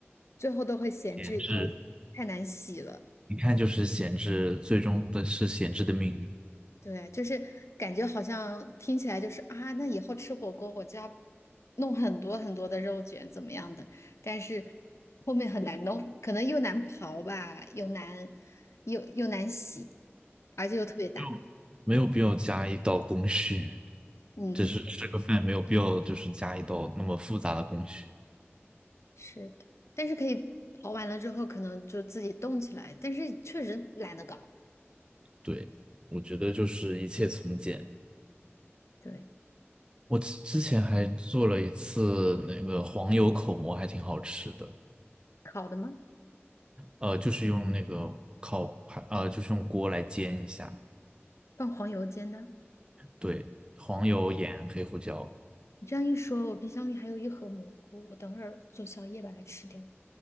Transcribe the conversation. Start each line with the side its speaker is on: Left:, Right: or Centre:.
Left: 最后都会闲置，
Right: 闲置，
Left: 因为太难洗了。
Right: 一看就是闲置，最终的是闲置的命运。没
Left: 对，就是感觉好像听起来就是啊，那以后吃火锅我就要弄很多很多的肉卷怎么样的，但是后面很难弄，可能又难刨吧，又难又又难洗，而且又特别大。
Right: 有没有必要加一道工序，
Left: 嗯，
Right: 只是吃个饭，没有必要就是加一道那么复杂的工序。
Left: <laughs> 是的，但是可以刨完了之后可能就自己冻起来，但是确实懒得搞。
Right: 对，我觉得就是一切从简。
Left: 对，
Right: 我之之前还做了一次那个黄油口蘑，还挺好吃的。
Left: 烤的吗？
Right: 呃，就是用那个烤盘，呃，就是用锅来煎一下。
Left: 放黄油煎的。
Right: 对，黄油、盐、黑胡椒。
Left: 你这样一说，我冰箱里还有一盒蘑菇，我等会儿做宵夜把它吃掉。